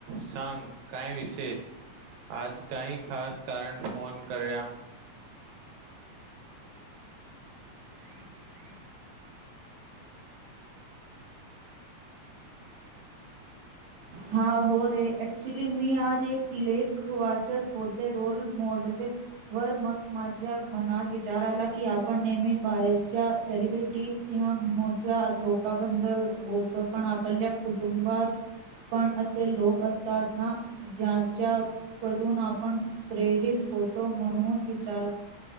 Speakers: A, on the right; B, on the right.
A: सांग, काय विशेष? आज काही खास कारण फोन करया हम हम
B: हा हो रे. ऍक्चुली मी आज एक लेख वाचत होते रोल मॉडलिंग. वर मग माझ्या मनात विचार आला की आपण नेहमी बाहेरच्या सेलिब्रिटी या मोठ्या लोकाबदल बोलतो पण आपल्या कुटुंबात पण असे लोक असतात ना, ज्याच्याकडून आपण प्रेरित होत तो म्हणून विचार